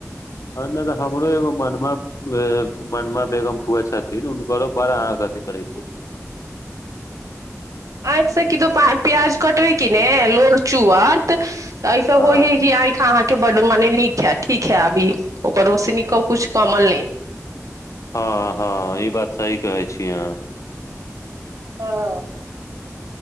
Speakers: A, on the left; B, on the right.
A: ह नहि तऽ हमरो ए मनमे मनमा बेगम फुए छथिन हुनकरो बड़ा अह अथि करै छै
B: आँखिसँ किदो प्याज कटबै कि ने लोर चुअत ऐसे
A: हँ
B: होय हय क कि आँख अहाँके ब मने नीक है ठीक है अभी ओकर रोशनी क किछु कमल नहि
A: हँ हँ ई बात सही कहै छी अह
B: ह